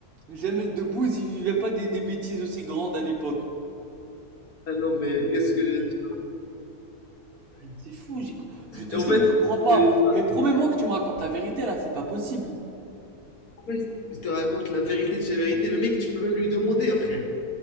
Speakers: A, on the right; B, on the left.
A: Jamel Debbouze, il vivait pas des, des bêtises aussi grandes à l'époque.
B: Ah non mais qu'est-ce que je dis?
A: C'est fou, j'y cro- je te
B: En
A: jure
B: fait,
A: que j'y crois pas.
B: c'est l'histoire
A: Mais promets-moi que tu me racontes la vérité, là, c'est pas possible.
B: Ouais, je te je te raconte la vérité de chez vérité. Mais mec, tu peux même lui demander, hein, frère.